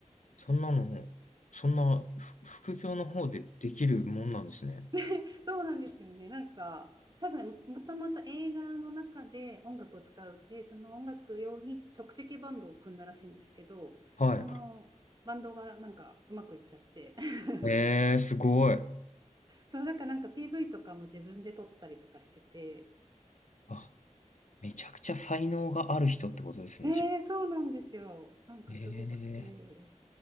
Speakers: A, on the left (about 65°); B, on the right (about 30°).
A: そんなの、そんな、ふ副業の方でできるもんなんですね。
B: <laughs>。そうなんですよね。なんか、多分もともと映画の中で音楽を使うで、その音楽用に即席バンドを組んだらしいんですけど、
A: は
B: そのバンドがなんかうまくいっちゃって <laughs>、
A: い。へえ、すごい。
B: そうだからなんか PV とかも自分で撮ったりとかしてて、
A: あ、めちゃくちゃ才能がある人ってことですね、
B: ねえ、
A: じゃ
B: そうなんですよ。なんかすごくて、
A: あ。へえ、